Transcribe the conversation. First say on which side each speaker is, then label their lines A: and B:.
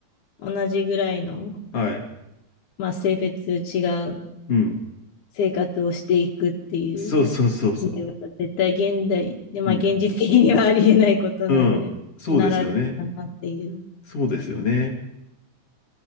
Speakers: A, on the left (about 80°); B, on the left (about 50°).
A: 同じぐらいの、
B: はい。
A: まあ、性別違う
B: うん。
A: 生活をしていくっていう
B: そうそうそうそ
A: のは絶対現代で、まあ現実的にはありえないことなんで、
B: う。うん。うん。そうですよね。
A: ならではだなっていう。
B: そうですよね。